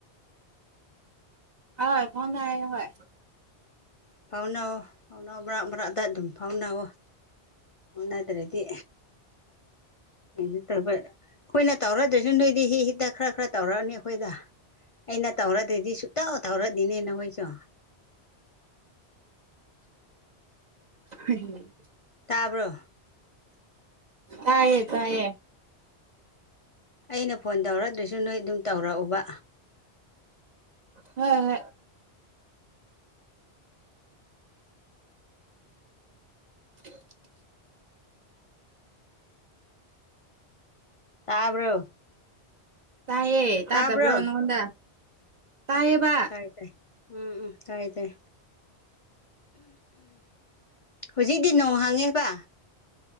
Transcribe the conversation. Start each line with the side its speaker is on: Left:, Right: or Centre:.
Right: ꯑꯣꯏ ꯐꯥꯎꯅꯩ ꯍꯣꯢ
Left: ꯐꯥꯎꯅꯧ ꯐꯥꯎꯅꯧ ꯃꯔꯛ ꯃꯔꯛꯗ ꯑꯗꯨꯝ ꯐꯥꯎꯅꯧ ꯐꯥꯎꯅꯗ꯭ꯔꯗꯤ ꯀꯩꯁꯨ ꯇꯧꯕ ꯑꯩꯈꯣꯏꯅ ꯇꯧꯔꯗ꯭ꯔꯁꯨ ꯅꯣꯏꯗꯤ ꯍꯤ ꯍꯤꯛꯇ ꯈꯔ ꯈꯔ ꯇꯧꯔꯛꯑꯅꯤ ꯑꯩꯈꯣꯏꯗ ꯑꯩꯅ ꯇꯧꯔꯗ꯭ꯔꯗꯤ ꯁꯨꯛꯇꯧ ꯇꯧꯔꯗꯤꯅꯦ ꯅꯈꯣꯏꯁꯨ
Right: ꯍꯩꯌꯦ
Left: ꯇꯥꯕ꯭ꯔꯣ
Right: ꯇꯥꯏꯌꯦ ꯇꯥꯏꯌꯦ
Left: ꯑꯩꯅ ꯐꯣꯟ ꯇꯧꯔꯗ꯭ꯔꯁꯨ ꯅꯣꯏ ꯑꯗꯨꯝ ꯇꯧꯔꯛꯎꯕ
Right: ꯍꯣꯏ ꯍꯣꯏ <inaudible>
Left: ꯇꯥꯕ꯭ꯔꯣ
Right: ꯇꯥꯏꯌꯦ ꯇꯥꯗꯕ꯭ꯔꯣ
Left: ꯇꯥꯕ꯭ꯔꯣ
Right: ꯅꯪꯉꯣꯟꯗ ꯇꯥꯏꯌꯦꯕ
Left: ꯎꯝ ꯎꯝ ꯇꯥꯏ ꯇꯥꯏ ꯎꯝ ꯎꯝ ꯇꯥꯏꯌꯦ ꯇꯥꯏꯌꯦ ꯍꯧꯖꯤꯛꯤ ꯅꯣꯡ ꯍꯥꯡꯉꯦꯕ